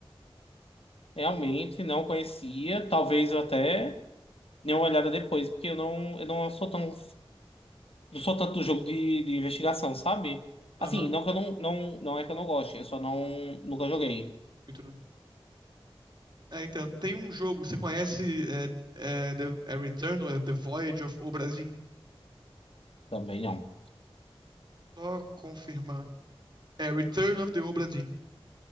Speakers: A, on the left (about 70°); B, on the right (about 45°).
A: Realmente não conhecia. Talvez eu até dê uma olhada depois, porque eu não, eu não sou tão Não sou tanto do jogo de, de investigação, sabe?
B: Aham.
A: Assim, não que eu não, não, não é que eu não goste, eu só não nunca
B: É um
A: joguei.
B: jogo muito, né? É, então, tem um jogo, você conhece é, é, The, é Return ou é The Voyage of Obra Dinn?
A: Também não.
B: Só confirmar. É Return of the Obra Dinn.